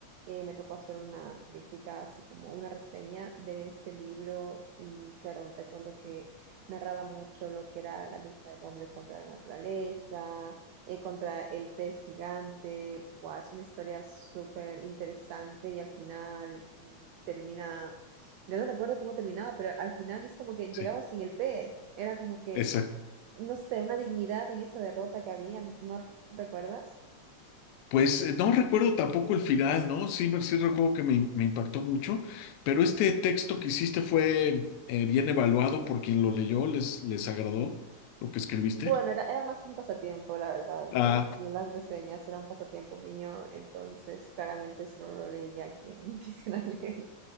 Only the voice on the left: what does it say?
Sí,
exacto.
Pues eh, no recuerdo tampoco el final, ¿no? Sí, me- sí recuerdo que me, me impactó mucho, pero este texto que hiciste fue eh, bien evaluado por quien lo leyó, les, les agradó lo que escribiste.
Ah,